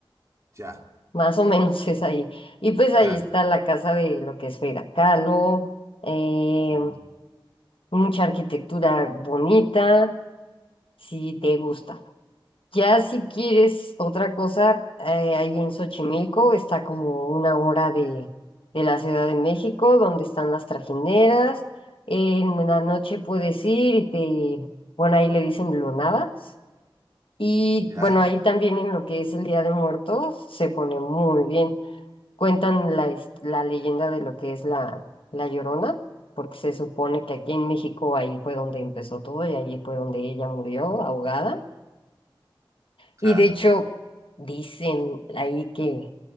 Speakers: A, on the right (about 35°); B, on the left (about 75°).
A: Ya,
B: más o menos <laughs> es ahí. Y pues ahí
A: claro.
B: está la casa de lo que es Frida Kahlo, eh,
A: Mm,
B: mucha arquitectura bonita, si te gusta. Ya si quieres otra cosa, eh, ahí en Xochimilco está como una hora de, de la Ciudad de México, donde están las trajineras. En la noche puedes ir y te, bueno, ahí le dicen lunadas. Y
A: ya,
B: bueno, ahí también en lo que es el Día de Muertos se pone muy bien. Cuentan la, his- la leyenda de lo que es la, la Llorona, porque se supone que aquí en México ahí fue donde empezó todo y ahí fue donde ella murió ahogada.
A: claro.
B: Y de hecho, dicen ahí que,